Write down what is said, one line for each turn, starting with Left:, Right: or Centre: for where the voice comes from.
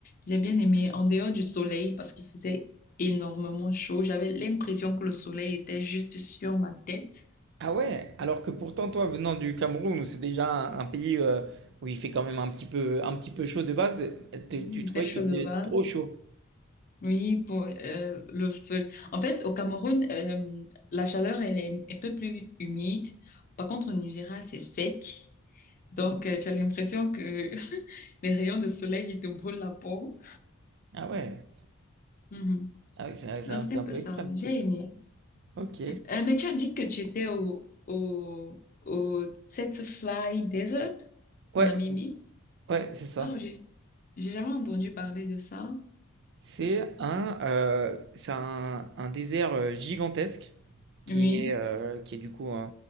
Left: j'ai bien aimé en dehors du soleil parce qu'il faisait énormément chaud. J'avais l'impression que le soleil était juste sur ma tête.
Right: Ah ouais, alors que pourtant toi venant du Cameroun où c'est déjà un, un pays euh, où il fait quand même un petit peu un petit peu chaud de base, tu,
Left: Oui,
Right: tu trouvais
Left: il fait chaud
Right: qu'il
Left: de
Right: faisait
Left: base.
Right: trop chaud.
Left: Oui, pour euh, le sol. En fait, au Cameroun, euh, la chaleur, elle est un peu plus humide. Par contre, au Nigeria, c'est sec. Donc, euh, tu as l'impression que <laughs> les rayons de soleil, ils te brûlent la peau.
Right: Ah ouais.
Left: Mhm.
Right: Ah oui, c'est c'est
Left: Non,
Right: un,
Left: c'était
Right: c'est
Left: un
Right: un
Left: peu
Right: peu
Left: ça.
Right: extrême.
Left: J'ai aimé.
Right: Ok.
Left: Euh, mais tu as dit que tu étais au, au, au Fly Desert
Right: Ouais,
Left: en Namibie.
Right: ouais, c'est ça.
Left: Waouh, j'ai j'ai jamais entendu parler de ça.
Right: C'est un, euh, c'est un, un désert euh, gigantesque qui
Left: Oui,
Right: est, euh, qui est du coup euh,